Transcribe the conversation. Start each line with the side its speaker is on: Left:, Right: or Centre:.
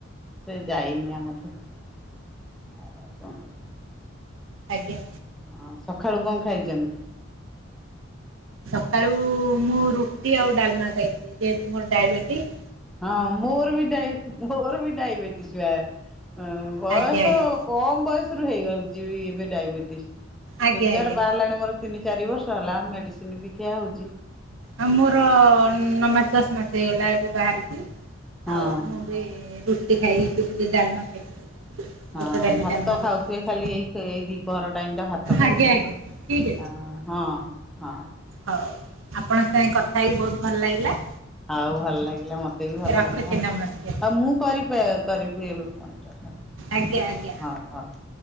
Centre: ସେ ଯାଇନି ଆମଠୁ ଆଉ କଁ କ
Right: ଆଜ୍ଞା।
Centre: ହଁ ସଖାଳୁ କଁ ଖାଇଚନ୍ତି?
Right: ସକାଳୁ ମୁଁ ରୁଟି ଆଉ ଡ଼ାଲମା ଖାଇ ଯେହେତୁ ମୋର୍ ଡାଇବେଟିିସ୍।
Centre: ହଁ ମୋର ବି ଡାଇ ମୋର ବି ଡାଇବେଟିସ୍ ବା ହଁ। ବୟସ
Right: ଆଜ୍ଞା ଆଜ୍ଞା
Centre: କମ୍ ବୟସ ରୁ ହେଇଯାଉଚି ବି ଏବେ ଡାଇବେଟିସ୍।
Right: ଆଜ୍ଞା
Centre: ସୁଗାର୍
Right: ଆଜ୍ଞା
Centre: ବାହାରିଲାଣି ମୋର ତିନି ଚାରି ବର୍ଷ ହେଲା ମେଡ଼ିସିନ୍ ବି ଖିଆ ହୋଉଚି।
Right: ଆମର ନ ମାସ୍ ଦଶ୍ ମାସ ହେଇଗଲା ଏବେ ବାହାରିଚି
Centre: ହଁ
Right: ଆଉ ମୋଁ ରୁଟି ଖାଇକି ବି ଡ଼ାଲମା ଖାଇଥିଲି।
Centre: ହଁ
Right: ବୁଟ ଡାଲି
Centre: ଭାତ
Right: ଡାଲମା କରିବା।
Centre: ଖାଉଥୁବେ ଖାଲି ଏଇ ଏଇ ଦିପହର ଟାଇମ ଟା ଭାତ ଖାଉଥୁବେ।
Right: ଆଜ୍ଞା ଆଜ୍ଞା ଠିକ୍
Centre: ଅ ହଁ ହଁ।
Right: ହୋଉ ଆପଣଙ୍କ ସାଙ୍ଗେ କଥା ହେଇକି ବୋହୁତ୍ ଭଲ୍ ଲାଗିଲା।
Centre: ଆଉ ଭଲ ୍ଲାଗିଲା ମତେ ବି ଭଲ୍
Right: ରଖୁଛି
Centre: ଲାଗିଲା। ଆଉ
Right: ନମସ୍କାର
Centre: ମୁଁ କରି ପା କରିବି ଏବେ ଫୋନ ଟା
Right: ଆଜ୍ଞା ଆଜ୍ଞା।
Centre: ଥାଉ।